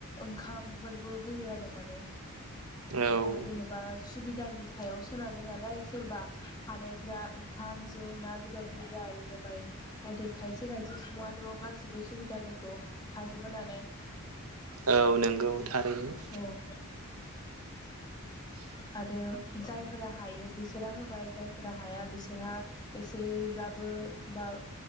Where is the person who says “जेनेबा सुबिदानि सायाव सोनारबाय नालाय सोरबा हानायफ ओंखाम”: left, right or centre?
Left